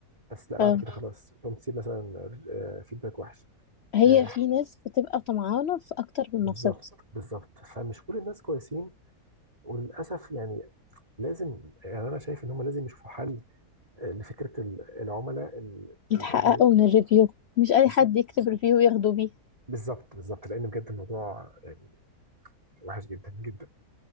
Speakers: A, on the right; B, on the left.
A: بس لا بعد
B: اه
A: كده خلاص تقوم تسيب مثلا آه فيدباك وحش
B: هي
A: آه
B: في ناس بتبقى طمعانة في اكتر من
A: بالظبط
B: نصيبها
A: بالظبط فمش كل الناس كويسين وللأسف يعني لازم يعني انا شايف ان هم لازم يشوفوا حل آه، لفكره ال- العملاء ال-
B: يتحققوا
A: ال- ال-
B: من الريفيو مش اي
A: بالظبط
B: حد يكتب ريفيو ياخدوا بيه
A: بالظبط بالظبط بالظبط لان بجد الموضوع يعني وحش جدا جدا